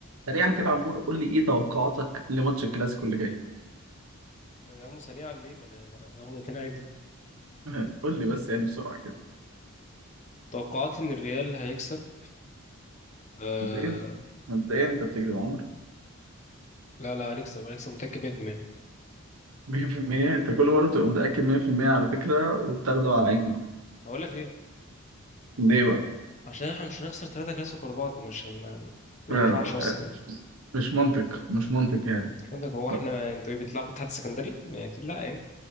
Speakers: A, on the right (about 80°); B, on the left (about 35°).
A: سريعا كده يا عمور قول لي ايه توقعاتك لماتش الكلاسيكو اللي جاي
B: طب يا عم سريعا ليه ما انا ما هاخد اتنين عادي
A: <laughs> قول لي بس يعني بسرعه كده
B: توقعاتي ان الريال هيكسب آه...
A: مبدئيا مبدئيا انت بتكذب يا عمر
B: لا لا هنكسب هنكسب متأكد 100%
A: 100% انت كل مره بتبقى متاكد 100% على فكره وبتاخده على عينكم
B: هقول لك ليه
A: ليه بقى
B: عشان احنا مش هنخسر ثلاثة كلاسيكو ورا بعض مش ما, ما
A: آه،
B: ينفعش اصلا يعني
A: مش منطق مش منطق يعني
B: مش عندك هو
A: ف-
B: احنا انتوا ايه بتلعبوا اتحاد سكندري يعني اكيد لا يعني